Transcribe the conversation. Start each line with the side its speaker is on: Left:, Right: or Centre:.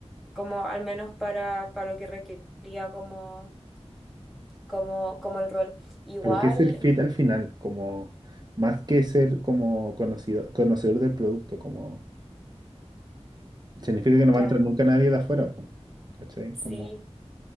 Centre: como al menos para, para lo que requería como, como, como el rol. Igual,
Right: Pero ¿qué es el fit al final? Como más que ser como conocido, conocedor del producto, como significa que no
Centre: claro,
Right: va a entrar nunca nadie de afuera, pues. ¿Cachai?
Centre: sí.
Right: Como,